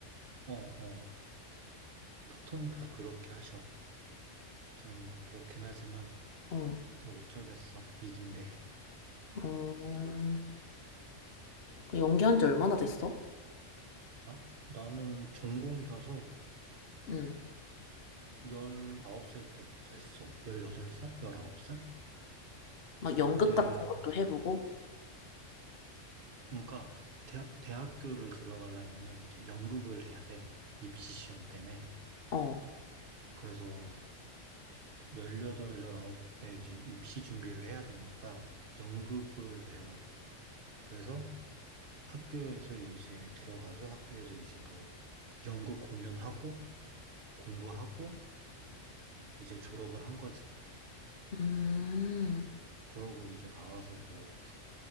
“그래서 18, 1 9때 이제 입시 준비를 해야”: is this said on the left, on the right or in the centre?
Right